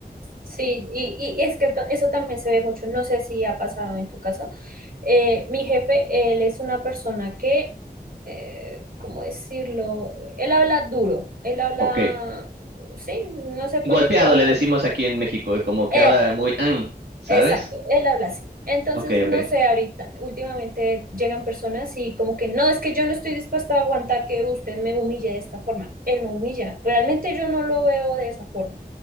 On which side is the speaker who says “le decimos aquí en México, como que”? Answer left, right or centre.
Right